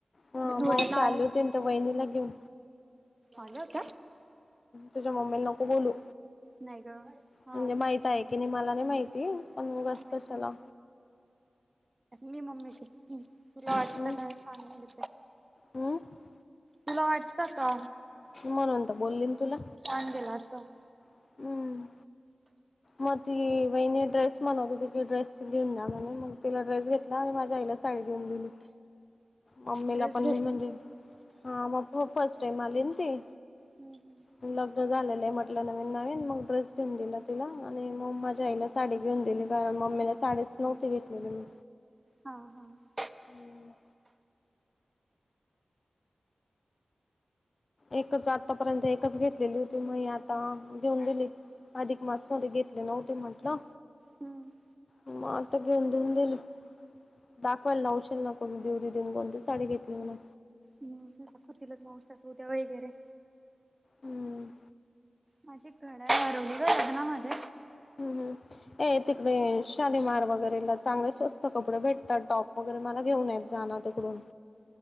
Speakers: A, on the left; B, on the right.
A: ह
B: मी धुळ्याला
A: मावशी
B: आली.
A: होती त्या वहिणीला घेऊन
B: आली होती?
A: तुझ्या मम्मीला नको बोलू.
B: नाही ग हा
A: म्हणजे, माहित आहे की नाही मला नाही माहिती, पण उगाचं
B: माहित
A: कशाला?
B: मी मम्मीशी तुला वाटता
A: हम्म
B: का? हे सांगेन.
A: हम्म
B: तुला वाटतं का?
A: म्हणत बोलली तुला?
B: अन गेला असतं.
A: हम्म मग ती वहिनी ड्रेस म्हनवत होती की, ड्रेस घेऊन जा म्हणे मग तिला ड्रेस घेतला आणि माझ्या आईला साडी घेऊन गेली. मम्मीला
B: ड्रेस
A: पण मी म्हणजे, हा, म फर्स्ट टाइम आली ना ती.
B: हं-हं.
A: लग्न झालेलं आहे म्हटलं, नवीन-नवीन. मग ड्रेस घेऊन दिला तिला. आणि मग माझ्या आईला साडी घेऊन दिली, कारण मम्मीला साडीच नव्हती घेतलेली मी.
B: हा-हा.
A: हम्म. एकच आतापर्यंत एकच घेतलेली होती. मग आता घेऊन दिली. अधिक मास मध्ये घेतले नव्हते म्हटलं.
B: हम्म
A: मग आता घेउन-देऊन दिली. दाखवायला लावशल ना, कोण दिऊ देऊन कोणती साडी घेतली म्हणा?
B: हम्, दाखवतीलच. माऊसात उद्या वगैरे.
A: हम्म.
B: माझी घडयाळ हरवली गं लग्नामध्ये.
A: हम्-हम्. ए, तिकडे शालीमार वगैरेला चांगले स्वस्त कपडे भेटतात, टॉप वगैरे, मला घेऊ येत जा ना तिकडून.